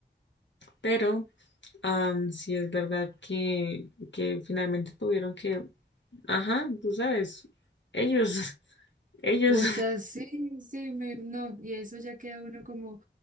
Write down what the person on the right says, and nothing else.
O sea, sí, sí, me, no, y eso ya queda uno como,